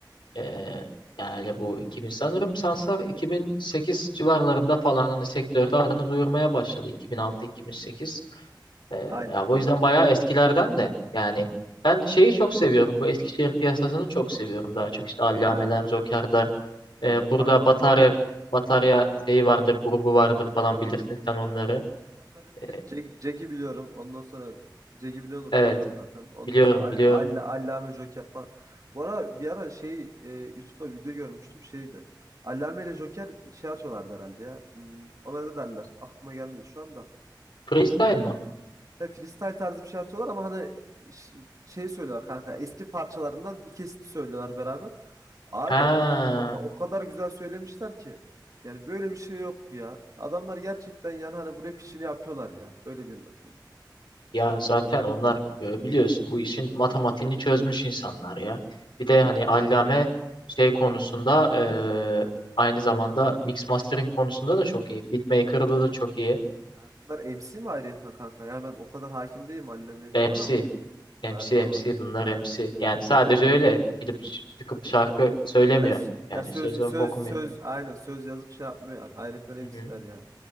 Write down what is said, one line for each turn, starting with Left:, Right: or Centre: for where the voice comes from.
Left: ee, yani bu 2000 sanırım Sansar 2008 civarlarında falan hani sektörde adını duyurmaya başladı 2006-2008. Ee,
Right: Aynen.
Left: ya bu yüzden bayağı eskilerden de yani ben şeyi çok seviyorum. Bu Eskişehir piyasasını çok seviyorum daha çok. İşte Allameler,
Right: Aa,
Left: Joker'ler.
Right: O
Left: Ee, burada
Right: kankam.
Left: Batarya Batarya şeyi vardır, grubu vardır falan bilirsin sen onları.
Right: Batarya'da
Left: Ee,
Right: Jack- Jack'i biliyorum. Ondan sonra Jack'i biliyordur
Left: evet,
Right: kanka zaten. Ondan sonra Ay-
Left: biliyorum, biliyorum.
Right: Alla, Allame Joker falan. Bu ara bir ara şey e, YouTube'da video görmüştüm şeydi. Allame ile Joker şey atıyorlardı herhalde ya. Hmm, ona ne derler? Aklıma gelmedi şu anda.
Left: Freestyle mı?
Right: Ya freestyle tarzı bir şey atıyorlar ama hani ş- şey söylüyorlar kanka. Eski parçalarından bir kesit söylüyorlar beraber. Abi
Left: Ha,
Right: o, o, o kadar güzel söylemişler ki yani böyle bir şey yok ya. Adamlar gerçekten yani hani bu rap işini yapıyorlar ya. Öyle diyeyim ben sana.
Left: ya zaten onlar e, biliyorsun bu işin matematiğini çözmüş insanlar ya. Bir de hani Allame şey konusunda e, aynı zamanda mix mastering konusunda da çok iyi. Beatmaker'da
Right: Kanka bir de
Left: da çok iyi.
Right: ha, bunlar MC mi ayrıyeten kanka? Yani ben o kadar hakim değilim Allame'ye falan
Left: MC.
Right: ama.
Left: MC
Right: Ha tamam.
Left: MC bunlar
Right: Aynen.
Left: MC. Yani sadece öyle gidip ç- çıkıp şarkı söylemiyor.
Right: Ya, s-
Left: Yani
Right: ya söz
Left: söz yok
Right: söz
Left: okumuyor.
Right: söz aynen söz yazıp şey yapmıyor yani. Ayrıyeten MC'ler
Left: Hı hı.
Right: yani.